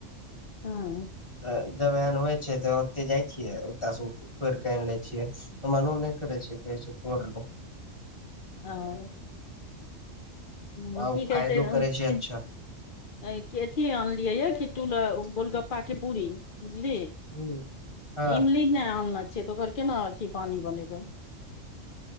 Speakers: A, on the left; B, on the left.
A: हँ
B: तऽ जब एहन होइ छै तऽ ओते जाइ छियै ओतय से तोर के आनि ले छियै मनो नहि करे छै कहै छै तोर लो
A: आंए हुँ
B: आ
A: की
B: ओ
A: कहै
B: फायदो
A: छै अहाँके
B: करै अच्छा
A: अंऐ कथि आनलियै यऽ किटू लेय गोलगप्पा के पूरी बुझलि
B: ह हँ
A: इमली नहि आनल छियै तऽ ओकर केना अथी पानि बनेबै